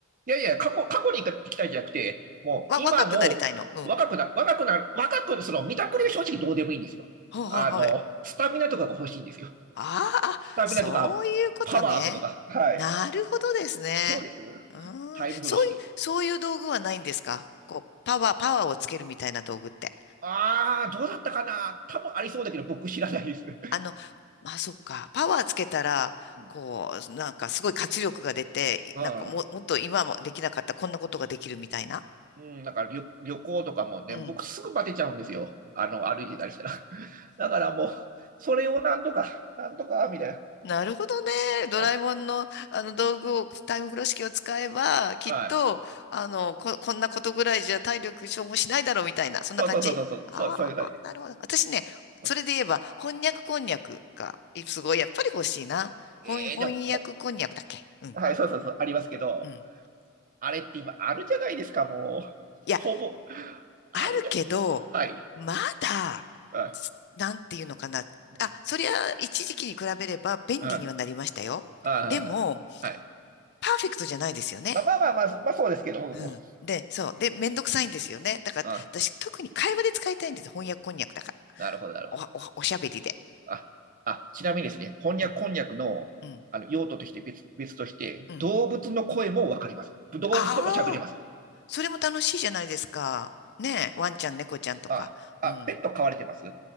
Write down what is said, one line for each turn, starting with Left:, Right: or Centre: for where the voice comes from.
Right: いやいや、過去、過去に行きたいんじゃなくて、もう今の若くな、
Left: わ、若くなりたいの。うん。
Right: 若くなる、若く、その見たくりは正直どうでもいいんですよ。
Left: はいはい
Right: あの、スタミナとかが欲しいんですよ。
Left: ああ、
Right: スタミナとか、
Left: そういうことね。
Right: パワーとかが。はい。
Left: なるほどですね。
Right: どうです
Left: うーん、
Right: タイム風呂式。
Left: そういう、そういう道具はないんですかこう、パワー、パワーをつけるみたいな道具って。
Right: ああー、どうだったかな多分ありそうだけど、僕知らないです。<laughs>
Left: あの、まあ、そっか。パワーつけたら、
Right: うん
Left: こう、なんかすごい活力が出て、
Right: ああ、
Left: なんかも、もっと今もできなかったこんなことができるみたいな。
Right: うん、だから旅、旅行とかもね、
Left: うん。
Right: 僕すぐバテちゃうんですよ。あの、歩いてたりしたら。<laughs> だからもう、それをなんとか、なんとか、みたいな。
Left: なるほどね。ドラえもんの、
Right: あ、
Left: あの道具を、タイム風呂式を使えば、きっと、
Right: はい。
Left: あの、こ、こんなことぐらいじゃ体力消耗しないだろうみたいな、そんな感じああなるほど。
Right: そうそうそうそう、そう、そうそういう感じ。
Left: 私ね、
Right: うん
Left: それで言えば、翻訳こんにゃくが、いすごい、やっぱり欲しいな。
Right: えー、
Left: 翻、翻訳こんにゃくだっけうん、
Right: でもこ、はい、そうそうそう、ありますけど、
Left: うん。
Right: あれって今、あるじゃないですか、もう。
Left: いや、
Right: ほぼ、あるじゃない。
Left: あるけど、
Right: はい。
Left: まだ、
Right: はい。
Left: つなんていうのかな。
Right: うん。
Left: あ、そりゃ、一時期に比べれば便利にはなりましたよ。
Right: はい。はい。
Left: でも、
Right: はい。
Left: パーフェクトじゃないですよね。
Right: まあまあまあ、まあ、まあそうですけど、うん。
Left: うん。で、そう。で、めんどくさいんですよね。だから、
Right: うん
Left: 私、特に会話で使いたいんです。翻訳こんにゃくだから。
Right: なるほど、なるほど。
Left: おおおしゃべりで。
Right: あ、あ、ちなみにですね、翻訳、
Left: うん、
Right: こんにゃくの、
Left: うん、
Right: あの用途として別、別として、
Left: うん。
Right: 動物の声もわかりますよ。動物とも喋れますよ。
Left: ああ、それも楽しいじゃないですか。ねえ、ワンちゃん、猫ちゃんとか。
Right: あ、あ、
Left: うん。
Right: ペット飼われてます